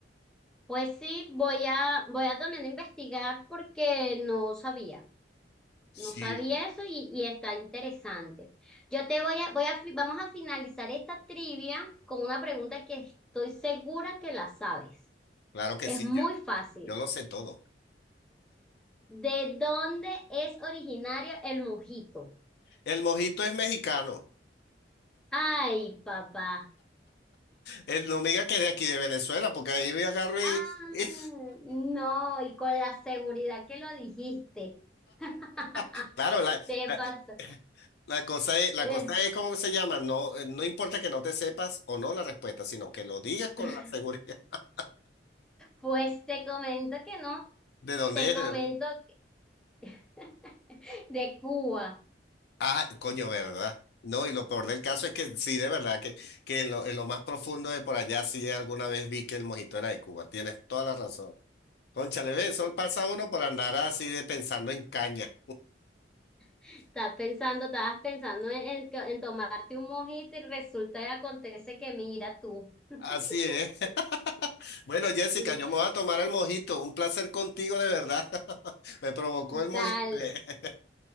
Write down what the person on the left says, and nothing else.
Sí,
claro que
sí,
yo,
yo lo sé todo.
El mojito es mexicano.
El, no me diga que es de aquí de Venezuela, porque ahí me agarro
y, y-
<laughs> claro, la,
la,
eh, la cosa es, la
cosa es cómo se llama. No, eh, no importa que no te sepas o no la respuesta, sino que lo digas con
la seguridad. <laughs>
¿De dónde
es?
¿De dónde?
Ah, coño, ¿verdad? No, y lo peor del caso es que sí, de verdad, que, que en lo, en lo más profundo de por allá sí alguna vez vi que el mojito era de Cuba. Tienes toda la razón. Cónchale, ve, eso pasa uno por andar así de pensando en caña.
Así es. <laughs> Bueno, Jessica,
yo me voy a tomar el mojito. Un placer contigo, de verdad. <laughs> Me provocó el mojito.
<laughs>